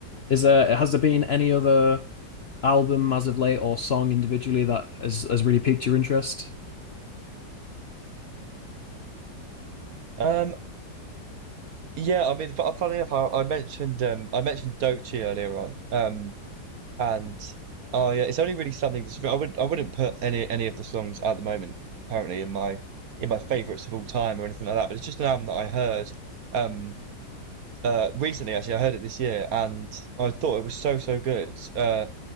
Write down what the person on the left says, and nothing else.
Is there has there been any other album as of late or song individually that has has really piqued your interest?